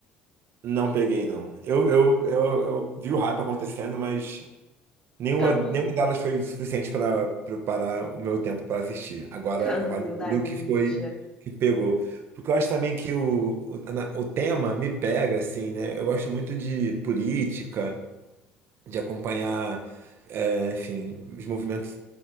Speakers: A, on the right (about 55°); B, on the left (about 15°).
A: Não peguei, não. Eu, eu, eu, eu vi o hype acontecendo, mas nenhuma,
B: Caminho,
A: nenhuma delas foi o suficiente para preparar o meu tempo para assistir. Agora
B: Caminho
A: vale tudo
B: da Índia.
A: o que foi que pegou. Porque eu acho também que o, o, na- o tema me pega, assim, né? Eu gosto muito de política, de acompanhar, é, enfim, os movimentos